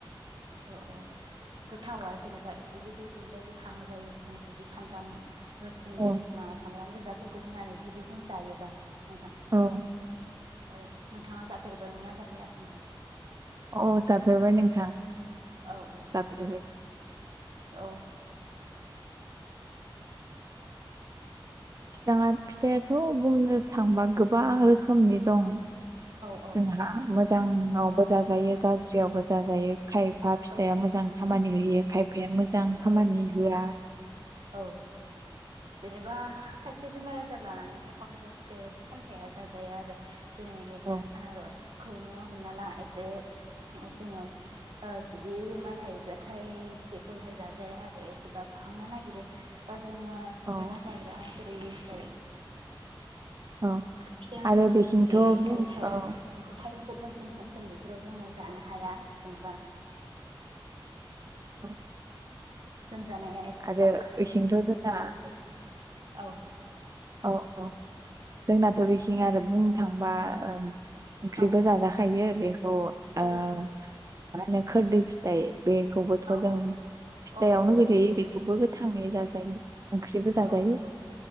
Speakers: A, on the right; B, on the right.
A: अ औ गोथावआ जेनेबा एसे बेदरनि बायदि हां जायो जों जुदि सामब्राम रुसुन
B: अ
A: बायदिसिना सामब्राम गोजा फोरखौ होनानै जुदि जों जायोबा नोंथां
B: औ
A: औ नोंथाङा जाफेरबाय ना जाफेराखै नोंथां
B: अ जाफेरबाय नोंथां
A: औ औ
B: जाफेरबाय
A: औ
B: फिथाङा फिथाइाथ' बुंनो थांबा गोबां रोखोमनि दं।
A: औ
B: जोंहा मोजाङावबो जाजायो गाज्रियावबो जाजायो। खायफा फिथाइआ
A: औ
B: मोजां खामानि होयो खायफाया मोजां खामानि
A: औ
B: होआ
A: औ जेनेबा खायसे बेमार आजार लानानै खायफा खायफा फिथाइया सामथाया जाजाया आरो जेरै
B: औ
A: आनारसखौनो हमना ला एसे औ जोंनियाव‌ ओ जुदि बेमार थायोब्ला नाथाय बेखौ हाय जाजाया आरो एसे बाबखांनो नागिरो बा जोङो
B: औ
A: मैगं जाग्रा जेरै फ्राय
B: औ
A: फिथायावनो
B: आरो
A: गोग्लैयो
B: बेथिंथ'
A: जेरैहाय
B: बुं
A: थाइसुम
B: औ
A: बेखौ थाय जोम सोम सोम सोम बेफोराव जोङो जानो हाया जेनेबा
B: औ
A: जानाया एसे
B: आरो
A: बाबखांङो
B: बेथिंथ'
A: होननानै
B: जोंना
A: जों मिथियो औ
B: औ औ जोंनाथ बेखिं आरो बुंनो थांबा ओम ओंख्रिबो
A: औ
B: जाजाखायो बेखौ ओ‌ मा
A: औ
B: होनो खोरदै फिथाइ बेखौबोथ‌
A: औ
B: जों फिथाइआवनो
A: औ औ
B: गोलैयो
A: औ
B: बेखौबो
A: नोंथां
B: गोथाङै जाजायो। ओंख्रिबो जाजायो
A: औ नंगौ